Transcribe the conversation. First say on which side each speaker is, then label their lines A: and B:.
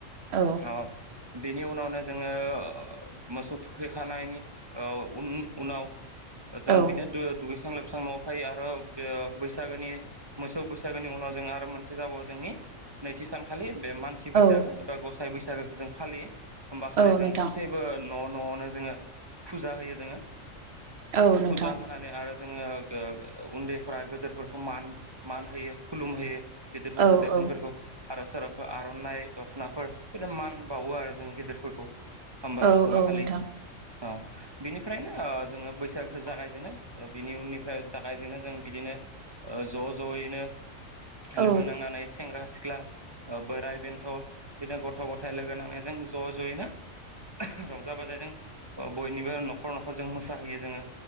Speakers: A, on the right; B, on the right.
A: औ
B: ओ बिनि उनावनो जोङो मोसौ थुखैखांनायनि ओ उन उनाव जों
A: औ।
B: बिदिनो दुगैस्रां लोबस्रां नआव फायो आरो बैसागोनि मोसौ बैसागोनि उनाव जों आरो मोनसे जाबावो जोंनि नैथि सानखालि बे मानसि
A: औ
B: बैसागो एबा गसाइ बैसागोखौ जों फालियो होमबा
A: औ
B: खालि जों
A: नोंथां
B: गासैबो न' न'आवनो जोङो फुजा होयो जोङो।
A: औ नोंथां।
B: फुजा होनानै आरो जोङो उन्दैफोरा गोदोरफोरखौ मान होयो खुलुम होयो गिदिरफोरखौ
A: औ
B: देरसिनफोरखौ
A: औ
B: आरो सोरबाफोर आर'नाइ दख'नाफोर बिदिनो मान बाउवो आरो जों गिदिरफोरखौ। होमबा
A: औ
B: होमबा
A: औ
B: खालि
A: नोंथां
B: औ बेनिफ्रायनो ओ जोङो बैसागोखौ जागायजेनो। ओ बिनि उननिफ्राय जागायजेनो जों बिदिनो ओ ज' ज'यैनो
A: औ
B: लोगो नांनानै सेंग्रा सिख्ला ओ बोराय बेन्थ' बिदिनो गथ' गथाय लोगो नांनायजों ज' ज'यैनो रंजा बाजाजों बयनिबो न'खर न'खर जों मोसाहैयो जोङो